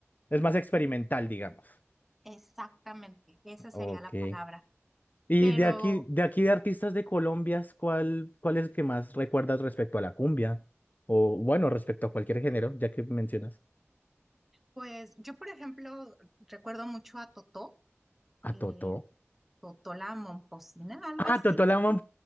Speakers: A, on the left; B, in the centre.
A: es más experimental, digamos.
B: exactamente, esa sería
A: Ok.
B: la palabra.
A: Y
B: Pero,
A: de aquí, de aquí de artistas de Colombia, ¿cuál, cuál es el que más recuerdas respecto a la cumbia? O bueno, respecto a cualquier género, ya que mencionas
B: pues, yo, por ejemplo, recuerdo mucho a Totó,
A: a
B: eh,
A: Totó.
B: Totó la Momposina, algo
A: Ah,
B: así,
A: Totó la
B: se llama.